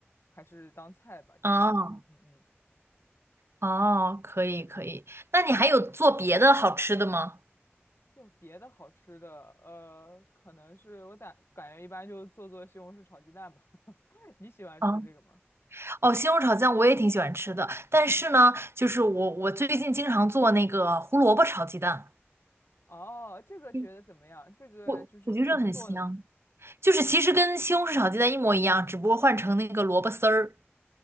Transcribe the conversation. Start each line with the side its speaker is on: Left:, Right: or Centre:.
Left: 还是当菜吧，就这样。
Right: 哦
Left: 嗯嗯。
Right: 哦，可以可以，那你还有做别的好吃的吗？
Left: 就别的好吃的，呃，可能是我感感觉一般就做做西红柿炒鸡蛋吧。<laughs> 你喜欢吃这个吗？
Right: 啊，哦，西红柿炒酱我也挺喜欢吃的，但是呢，就是我我最近经常做那个胡萝卜炒鸡蛋，
Left: 哦，这个觉得怎么样？
Right: 嗯
Left: 这个就是你怎么做呢？
Right: 我我觉得这很香。就是其实跟西红柿炒鸡蛋一模一样，只不过换成那个萝卜丝儿